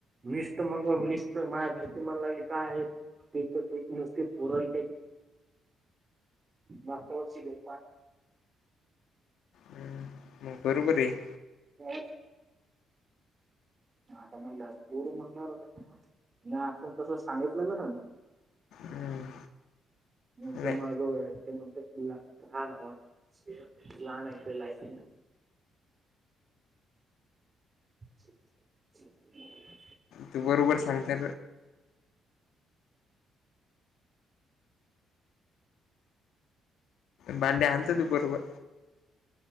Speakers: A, on the right; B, on the left.
A: निस्त मग निस्त माझ्या धरती म्हला लागली काय आहे ते तर ते नुसते पुोरण मागत्या वर्ष बे
B: हम्म मग बरोबर आहे
A: हो आता म्हणलं गोरू म्हणालात का नाही आपण तस सांगितलं ना
B: हम्म
A: म्हटलं
B: नाही
A: माझं ते म्हणि ह ना लहान अस लायसेन हम् <inaudible>
B: त बरोबर सांगते भांडे आणत त बरोबर